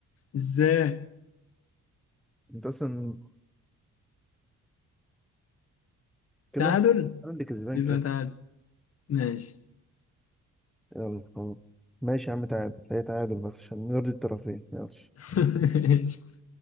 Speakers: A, on the left; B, in the centre.
A: ازاي
B: انت اصلا كده
A: تعادل
B: انا اللي كسبان
A: يبقى
B: كده
A: تعادل ماشي
B: يلا خلاص ماشي يا عم تعادل هي تعادل بس عشان نرضي الطرفين يلا
A: <laughs> ماشي